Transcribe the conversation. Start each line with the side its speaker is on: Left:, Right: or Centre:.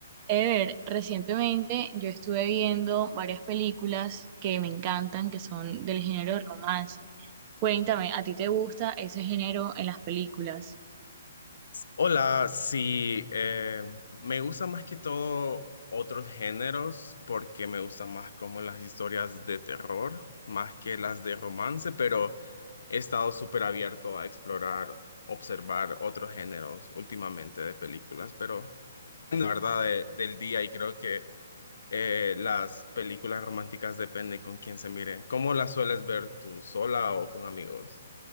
Right: Ever, recientemente yo estuve viendo varias películas que me encantan, que son del género de romance. Cuéntame, ¿a ti te gusta ese género en las películas?
Left: Hola, sí, eh, me gustan más que todo otros géneros porque me gustan más como las historias de terror, más que las de romance, pero he estado súper abierto a explorar, observar otros géneros últimamente de películas, pero la verdad de- del día y creo que eh, las películas románticas depende con quién se mire. ¿Cómo las sueles ver tú, sola o con amigos?